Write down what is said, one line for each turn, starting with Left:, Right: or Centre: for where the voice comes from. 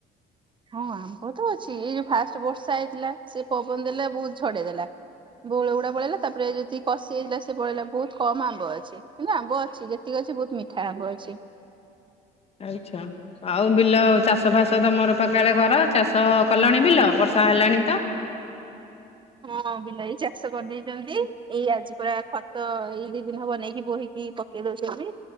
Right: ହଁ ଆମ୍ବ ତ ଅଛି। ଏଇ ଯୋଉ ଫାଷ୍ଟ ବର୍ଷା ହେଇଥିଲା। ସେ ପବନ ଦେଲେ ବୋହୁତ ଝଡେଇ ଦେଲା। ବଉଳ ଗୁଡା ପଳେଇଲା। ତାପରେ ଯେତିକି କଷି ହେଇଥିଲା ସେ ପଳେଇଲା ବୋହୁତ କମ। ଆମ୍ବ ଅଛି। ନା ଆମ୍ବ ଅଛି। ଯେତିକି ଅଛି ବୋହୁତ ମିଠା ଆମ୍ବ ଅଛି।
Left: ଆଚ୍ଛା। ଆଉ ବିଲ ଚାଷ ଫାସ ତମର ପା କାଳେ କର। ଚାଷ କଲଣି ବିଲ? ବର୍ଷା ହେଲାଣି ତ।
Right: ହଁ ବିଲ ଏଇ ଚାଷ କରିଦେଇଚନ୍ତି। ଏଇ ଆଜି ପରା ଖତ ଏଇ ଦିଇ ଦିନ ହବ ନେଇକି ବୋହି କି ପକେଇ ଦୋଉଚନ୍ତି।